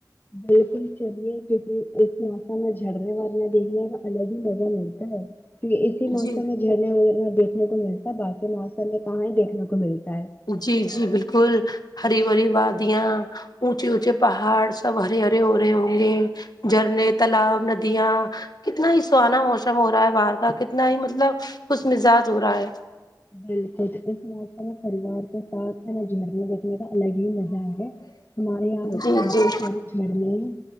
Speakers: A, on the left (about 25°); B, on the left (about 60°).
A: بالکل چلیے کیونکہ اس موسم میں جھرنے ورنے دیکھنے کا الگ ہی مزہ ملتا ہے اسی موسم
B: جی
A: میں جھرنا ونا دیکھنے کو ملتا ہے باقی موسم میں کہاں ہی دیکھنے کو ملتا ہے
B: جی جی بالکل ہری بری وادیاں اونچے اونچے پہاڑ سب ہرے ہرے ہو رہے ہوں گے جھرنے تالاب ندیا کتنا ہی سہانا موسم ہو رہا ہے باہر کا کتنا ہی مطلب خوش مزاج ہو رہا ہے
A: بالکل تو اس میں میرا پریوار کے ساتھ میرا جھرنے دیکھنے کا الگ ہی مزہ ہے ہمارے یہاں پہ تو
B: جی
A: کافی
B: جی
A: سارے جھرنے ہیں